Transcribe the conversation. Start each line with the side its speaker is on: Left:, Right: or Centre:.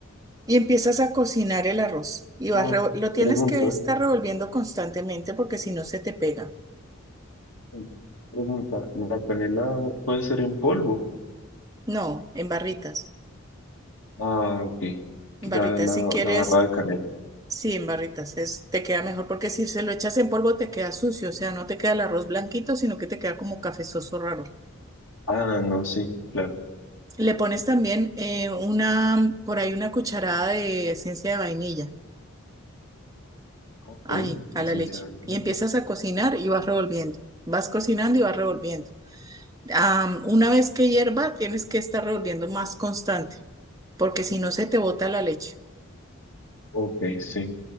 Right: y empiezas a cocinar el arroz. Y vas
Left: Ah,
Right: revo- lo tienes
Left: pregunta.
Right: que estar revolviendo constantemente porque si no se te pega.
Left: sí, Pregunta. ¿La canela puede ser en polvo?
Right: No, en barritas.
Left: Ah, ok.
Right: En
Left: Ya
Right: barritas,
Left: la,
Right: si quieres,
Left: la barra de canela.
Right: sí, en barritas. Es, te queda mejor porque si se lo echas en polvo te queda sucio, o sea, no te queda el arroz blanquito, sino que te queda como cafezoso raro.
Left: Ah, no, sí, claro.
Right: Le pones también eh, una, por ahí una cucharada de esencia de vainilla
Left: Ok,
Right: ahí, a
Left: esencia
Right: la leche.
Left: de vainilla.
Right: Y empiezas a cocinar y vas revolviendo. Vas cocinando y vas revolviendo. Am, una vez que hierva, tienes que estar revolviendo más constante, porque si no se te bota la leche.
Left: Ok, sí.